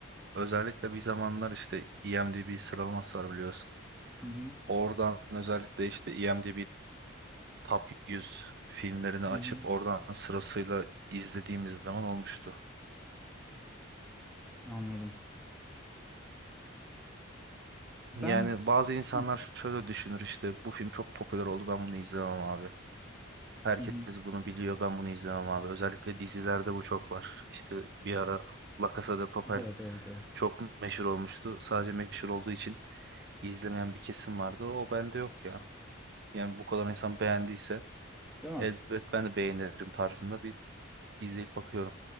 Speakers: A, on the right; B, in the centre.
A: özellikle bir zamanlar işte IMDb sıralaması var biliyorsun.
B: Hı hı.
A: Oradan özellikle işte IMDb Top 100 filmlerini açıp
B: Hı hı.
A: oradan sırasıyla izlediğimiz zaman olmuştu.
B: Anladım. Ben
A: Yani bazı insanlar
B: ha.
A: şöyle düşünür işte bu film çok popüler oldu ben bunu izlemem abi. Herkes
B: Hı hı.
A: bunu biliyor ben bunu izlemem abi. Özellikle dizilerde bu çok var. İşte bir ara La Casa de Papel
B: Evet, evet, evet.
A: çok meşhur olmuştu. Sadece meşhur olduğu için izlemeyen bir kesim vardı. O bende yok ya. Yani bu kadar insan beğendiyse
B: Değil mi?
A: elbet ben de beğenirim tarzında bir izleyip bakıyorum.